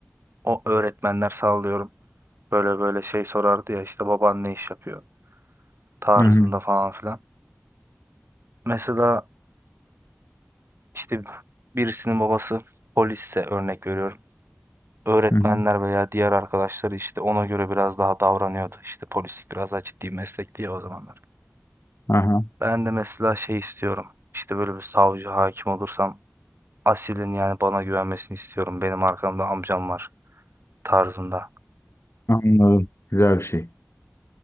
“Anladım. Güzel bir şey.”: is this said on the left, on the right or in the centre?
Left